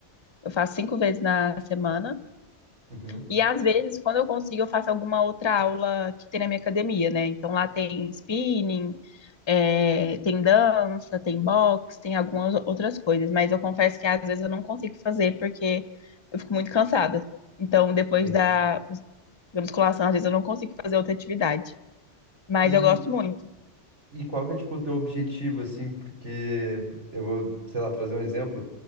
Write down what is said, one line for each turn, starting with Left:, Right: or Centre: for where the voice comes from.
Left: Eu faço cinco vezes na semana.
Right: Uhum.
Left: E às vezes, quando eu consigo, eu faço alguma outra aula que tem na minha academia, né? Então lá tem spinning, É, tem dança, tem boxe, tem algumas outras coisas, mas eu confesso que às vezes eu não consigo fazer porque eu fico muito cansada. Então, depois
Right: Sim.
Left: da, da musculação, às vezes eu não consigo fazer outra atividade, mas
Right: E,
Left: eu gosto muito.
Right: e qual que é, tipo, o teu objetivo, assim, porque eu vou, sei lá, trazer um exemplo.